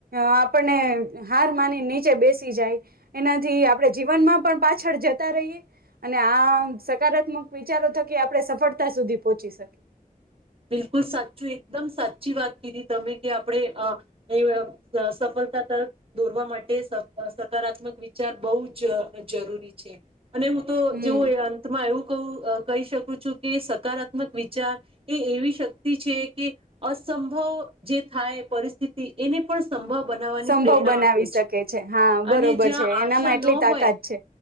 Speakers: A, on the right (about 90°); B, on the right (about 40°).
A: આપણને હાર માની નીચે બેસી જાય એનાથી આપણે જીવનમાં પણ પાછળ જતા તા રહી અને આમ સકારાત્મક વિચારો થકી આપણે સફળતા સુધી પહોંચી શકીએ.
B: બિલકુલ સાચું એકદમ સાચી વાત કીધી તમે કે આ આપડે અ એ સફળતા તરફ દોરવા માટે સકારાત્મક વિચાર બહુ જ જરૂરી છે. અને હું તો
A: હમ
B: જેવું એ અંતમાં આવું ક કહી શકું છું કે સકારાત્મક વિચાર એ એવી શક્તિ છે કે અસંભવ જે થાય પરિસ્થિતિ એને પણ સંભવ બનાવવાની
A: સંભવ
B: પ્રેરણા
A: બનાવી
B: આપે
A: શકે છે હા બરોબર
B: અને જ્યાં
A: છે એનામાં
B: આશા
A: એટલી
B: ન
A: તાકાત
B: હોય
A: છે